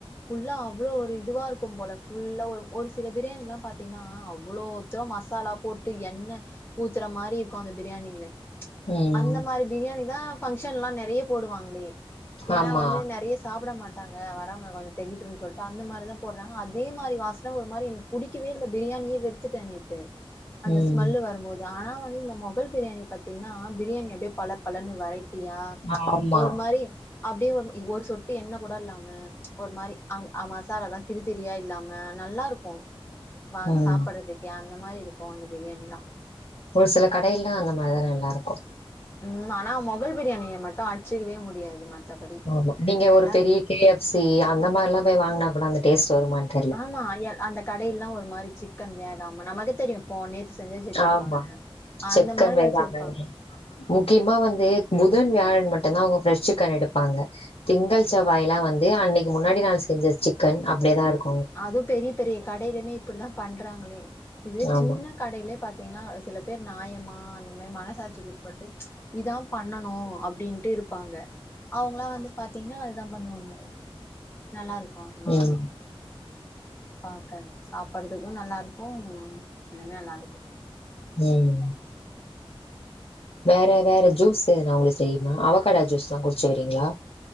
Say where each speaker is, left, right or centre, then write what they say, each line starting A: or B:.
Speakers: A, on the left; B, on the left.
A: ஃபுல்லா அவ்ளோ ஒரு இதுவா இருக்கு போல ஃபுல்லா ஒரு ஒரு சில பிரியாணி எல்லா பாத்தீங்கன்னா அவ்ளோ து மசாலா போட்டு எண்ண ஊத்துற மாரி இருக்கு அந்த பிரியாணில
B: ம்
A: அந்த மாரி பிரியாணி தா ஃபங்ச்ன்லா நெறைய போடுவாங்களே ஏனா
B: ஆமா
A: வந்து நெறைய சாபுட மாட் வரமிளகா கொஞ்சோ திகிட்டுதுனு சொல்லிட்டு அந்த மாரிதா போட்றாங் அதே மாரி வாசன ஒரு மாரி எனக்கு பிடிக்கவே இல்ல பிரியாணியே வெறு வித்துட்ட நேத்து அந்த
B: ம்
A: ஸ்மல்லு வரும்போது ஆனா வந்து இந்த மொகல் பிரியாணி பாத்தீங்கன்னா பிரியாணி அப்டியே பல பலனு வரைட் டியா
B: ஆமா
A: ஒரு மாரி அப்டியே ஒரு இ ஒரு சொட்டு எண்ண கூட இல்லாம ஒரு மாரி அ ஆ மசாலா எல்லா திரித்திரியா இல்லாம நல்லாருக்கு வாங்கி
B: ம்
A: சாப்பற்றதுக்கே அந்த மாரி இருக் கு அந்த பிரியாணிதா
B: ஒரு சில கடையெல்லாஅந்த மாரி நல்லா இருக்கூ
A: ம் ஆனா மொகல் பிரியாணிய மட்டு அட்ச்சிக்கவே முடியாது மத்தபடி
B: ஆமா நீங்க ஒரு
A: எல்லா
B: பெரிய கே எஃப் சி அந்த மாரில்லா போய் வாங்கினா கூட அந்த டேஸ்ட் வருமான்
A: ஆமா அய அந்த கடைல்லா ஒரு மாரி சிக்கன் வேகாம நமக்கு தெரியும் இப்போ நேத்து செஞ்ச சிக்கன்
B: ஆமா.
A: பாறே
B: சிக்கன்
A: அந்த மாரி
B: வேகாம
A: வச்சிருப்பாங்க
B: முக்கியமா வந்து புதன் வியாழன் மட்டும்தா அவங்க ஃப்ரெஷ் சிக்கன் எடுப்பாங்க திங்கள் செவ்வாயிலா வந்து அன்னைக்கு முன்னாடி நாள் செஞ்ச சிக்கன் அப்டியேதா இருக்கு
A: அது பெரிய பெரிய கடையிலுமே இப்படிதா பண்றாங்களே இதுவே
B: ஆமா.
A: சின்ன கடையிலே பாத்தீங்கன்னா சில பேர் நாயமா அந்த மாரி மனசாட்சிகுட் பட்டு இதா பண்ணணு அப்டின்ட்டு இருப்பாங்க அவங்களாம் வந்து பாத்தீங்கன்னா இதா பண்ணுவாங் நல்லா இருக்கு அதெல்லா
B: ம்.
A: ஆனா பாக்கன் சாப்பிறதுக்கு நல்லாருக்கு எல்லாமே நல்லாருக்கு
B: ம் வேற வேற ஜூஸ் எதனா உங்களுக்கு தெரியுமா அவகடா ஜூஸ்லா குடிச்சுக்கிறீங்களா